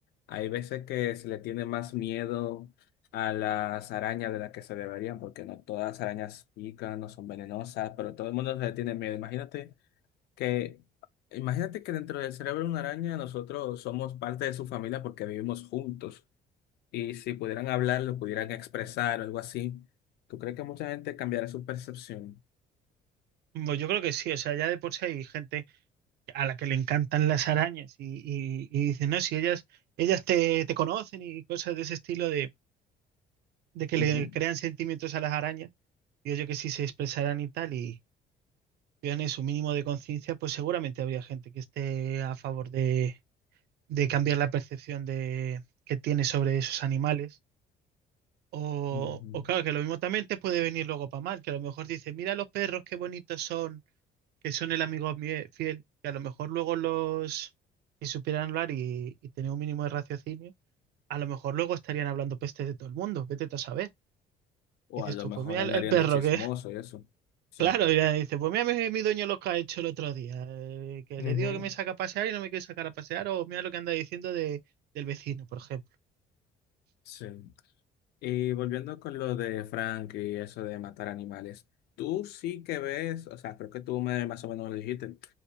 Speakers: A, on the left; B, on the right.
A: hay veces que se le tiene más miedo a las arañas de las que se deberían, porque no todas las arañas pican, no son venenosas, pero todo el mundo se le tiene miedo. Imagínate que imagínate que dentro del cerebro de una araña nosotros somos parte de su familia porque vivimos juntos y si pudieran hablar, lo pudieran expresar o algo así, ¿tú crees que mucha gente cambiará su percepción?
B: Bueno, yo creo que sí, o sea, ya de por sí hay gente a la que le encantan las arañas y, y, y dicen, no, si ellas, ellas te, te conocen y cosas de ese estilo de, de que
A: Ujú,
B: le crean sentimientos a las arañas, digo yo que si se expresaran y tal y tuvieran su mínimo de conciencia, pues seguramente habría gente que esté a favor de, de cambiar la percepción de, que tiene sobre esos animales O,
A: ujú.
B: o claro, que lo mismo también te puede venir luego para mal, que a lo mejor dices, mira los perros, qué bonitos son, que son el amigo mie- fiel, que a lo mejor luego los, si supieran hablar y, y tener un mínimo de raciocinio, a lo mejor luego estarían hablando peste de todo el mundo, vete tú a saber.
A: O
B: Y dices
A: a lo
B: tú,
A: mejor
B: pues mira
A: andarían
B: el, el perro
A: de chismoso
B: que,
A: y eso.
B: <laughs>
A: Sí.
B: claro, y ya dice, pues mira mi, mi dueño lo que ha hecho el otro día, eh, que
A: Ujú.
B: le digo que me saca a pasear y no me quiere sacar a pasear, o mira lo que anda diciendo de, del vecino, por ejemplo.
A: Sí. Y volviendo con lo de Frank y eso de matar animales, tú sí que ves, o sea, creo que tú me, más o menos me lo dijiste,